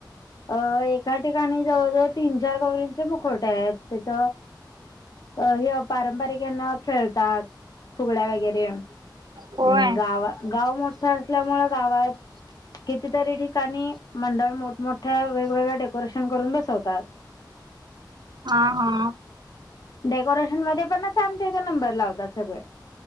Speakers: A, on the left; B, on the right.
A: अ एका ठिकाणी जवळ, जवळ तीन चार गवरी मुखोटे आहेत तिथ हे पारंपरिक ह्यांन खेळतात फुगड्या वगैरे आणि
B: होय
A: गावा गाव मोठं असल्यामुळे गावात कितीतरी ठी काणी मंडळ मोठमोठ्या वेगवेगळ्या डेकोरेशन करून बसवतात
B: हा, हा
A: डेकोरेशन मध्ये पण ना आमच्या इथ नंबर लावतात सगळे